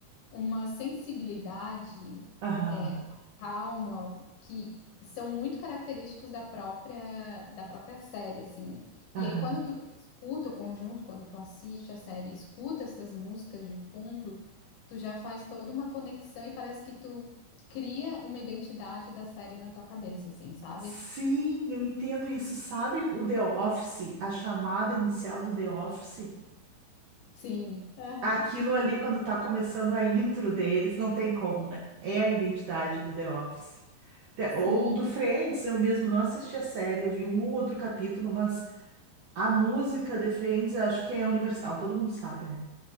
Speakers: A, on the left; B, on the right.
A: uma sensibilidade,
B: Aham.
A: é, uma calma que são muito característicos da própria da própria série, assim. E
B: Aham.
A: aí quando tu escuta o conjunto, quando tu assiste a série, e escuta essas músicas de fundo, tu já faz toda uma conexão e parece que tu cria uma identidade da série na tua cabeça, assim, sabe?
B: Sim, eu entendo isso. Sabe o The Office, a chamada inicial do The Office?
A: Sim, aham,
B: Aquilo ali, quando tá começando a intro deles, não tem como, né? É a identidade do The Office. Te-
A: Sim.
B: Ou do Friends, eu mesmo não assisti a série, eu vi um ou outro capítulo, mas a música de Friends eu acho que é universal, todo mundo sabe, né?